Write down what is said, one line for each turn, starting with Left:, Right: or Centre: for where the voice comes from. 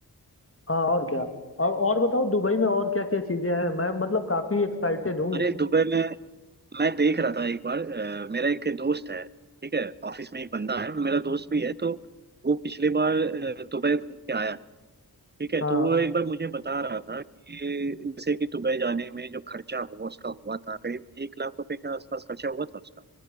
Left: हाँ और क्या और और बताओ दुबई में और क्या क्या चीजें हैं मैं मतलब काफी एक्साइटेड हूँ
Right: अरे दुबई में मैं देख रहा था एक बार अ, मेरा एक दोस्त है ठीक है ऑफिस में एक बंदा है और मेरा दोस्त भी है तो वो पिछले बार अ, दुबई घूम के आया है ठीक है
Left: हाँ
Right: तो वो एक बार मुझे बता रहा था कि जैसे कि दुबई जाने में जो खर्चा हुआ उसका हुआ था करीब एक लाख रुपए के आसपास खर्चा हुआ था उसका